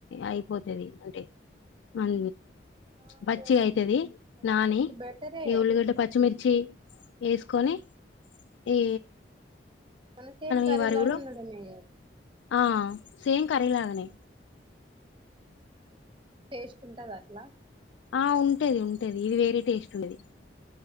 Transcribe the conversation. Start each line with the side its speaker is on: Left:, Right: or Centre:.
Left: అయిపోతది అంటే మన
Right: ఆహా
Left: బచ్చిగా అయితది
Right: అయితే
Left: నాని
Right: ఇది ఒకటి బెటరే
Left: ఈ ఉల్లిగడ్డ పచ్చిమిర్చి ఏసుకొని ఈ
Right: మనం సేమ్ కర్రీ
Left: ఈ వరుగులో
Right: లాగా ఉండడమే
Left: ఆ సేమ్ కర్రీ లాగానే
Right: టేస్ట్ ఉంటదా అట్లా
Left: ఆ! ఉంటది ఉంటది ఇది వేరే టేస్ట్ ఉన్నది